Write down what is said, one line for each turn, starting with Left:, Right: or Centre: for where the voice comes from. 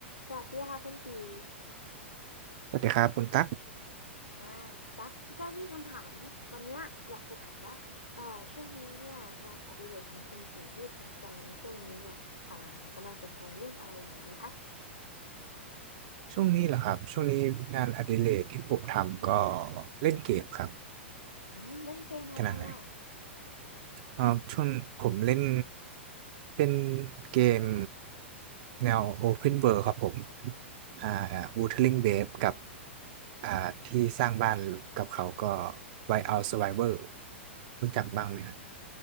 Left: สวัสดีค่ะคุณกี
Right: สวัสดีครับคุณตั๊ก
Left: อ่าตักก็มีคำถาม วันเนี้ยอยากจะถามว่าเอ่อช่วงนี้เนี่ยงานอดิเรกของคุณกีที่สนใจในช่วงนี้เนี่ยอ่ากำลังสนใจเรื่องอะไรอยู่ไหมคะ
Right: ช่วงนี้เหรอครับช่วงนี้งานอดิเรกที่ผมทำก็เล่นเกมครับ
Left: อืมเล่นเกมอะไรอ่ะ
Right: ขนาดไหนเอ่อช่วงผมเล่นเป็นเกมแนว Open World ครับผมอ่า Wuthering
Left: อืม
Right: Waves กับอ่าที่สร้างบ้านกับเขาก็ Whiteout Survivor รู้จักบ้างไหมครับ
Left: อืม